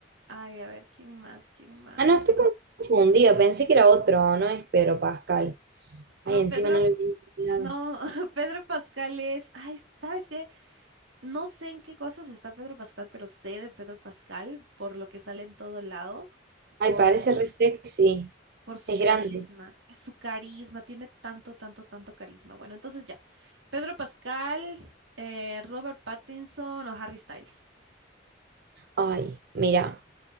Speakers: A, on the right; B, on the right.
A: Ay, a ver, ¿quién más? ¿Quién más?
B: Ah, no, estoy confundida, pensé que era otro, no es Pedro Pascal.
A: No,
B: Ay, encima
A: Pedro.
B: no lo he mirado.
A: No, <laughs> Pedro Pascal es. Ay, ¿sabes qué? No sé en qué cosas está Pedro Pascal, pero sé de Pedro Pascal por lo que sale en todo lado,
B: Ay,
A: por,
B: parece re sexy,
A: por su
B: es
A: carisma.
B: grande.
A: Su carisma, tiene tanto, tanto, tanto carisma. Bueno, entonces ya. Pedro Pascal, eh, Robert Pattinson o Harry Styles.
B: Ay, mira.